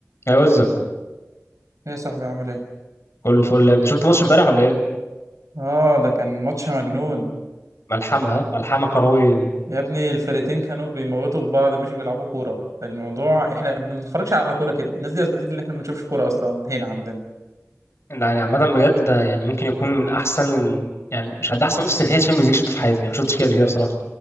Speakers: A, on the left (about 55°); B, on the right (about 75°).
A: يا وزة
B: ايه يا صاحبي عامل ايه؟
A: كله فل يا ابني شفت ماتش امبارح ولا ايه
B: اه ده كان ماتش مجنون
A: ملحمة ها ملحمة كروية دي
B: يا ابني الفرقتين كانوا بيموتوا في بعض مش بيلعبوا كورة الموضوع احنا ما بنتفرجش على كورة كده الناس دي اثبتت ان احنا ما بنشوفش كورة اصلا هنا عندنا
A: يعني عامة بجد ده يعني ممكن يكون من احسن يعني مش هد احسن نص نهائي تشامبيونز ليج شفته في حياتي يعني ما شفتش كده قبل كده بصراحة